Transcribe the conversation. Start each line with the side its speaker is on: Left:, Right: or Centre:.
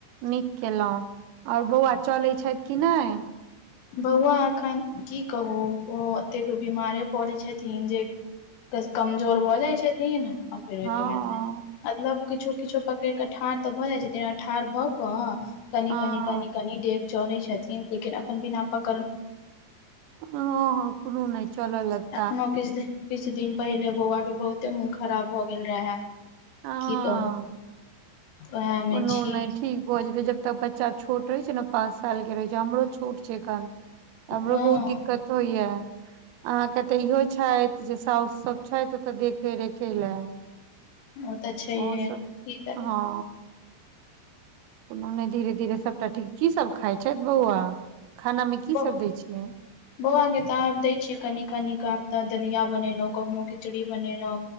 Right: नीक केलहुँ ओर बौआ चलैत छथ कि नहि
Left: बौआ एखन की कहू ओ ओतेक बीमारे पड़ै छथिन जे ओइस कमजोर भऽ जाइ छथिन आ फेर ओहिके
Right: हँ
Left: बाद में मतलब किछो किछो पकड़ कऽ ठाढ़ तऽ भऽ जाय छै जेना ठाढ़ भए क कनि
Right: हँ
Left: कनि कनि कनि डेग चलै छथिन लेकिन अखन बिना पक
Right: हँ हँ कोनो नहि चलऽ लगता
Left: एखनो किछ किछु दिन पहिले बौआ के बहुते मोन खराब भ गेल रहै
Right: हँ
Left: की कहू उएह मे
Right: कोनो
Left: छी
Right: नहि ठीक भऽ जेतै जब तक बच्चा छोट रहै छै ने पाँच साल के रहैत छै हमरो छोट छै अखन हमरो
Left: हँ
Right: बहुत दिक्कत होइया अहाँक कते इहो छथि जे साउस सब छथि ओतऽ देख के रखै ले
Left: ओ तऽ छैहे
Right: ओ सब
Left: की करबै
Right: हँ कोनो नहि धीरे धीरे सभटा ठीक की सभ खाइ छथि बौआ खाना मे की
Left: ब
Right: सब दै छियै
Left: बौआके तऽ आब दै छियै कनि कनि आब त दलिया बनेलों कखनो खिचड़ी बनेलों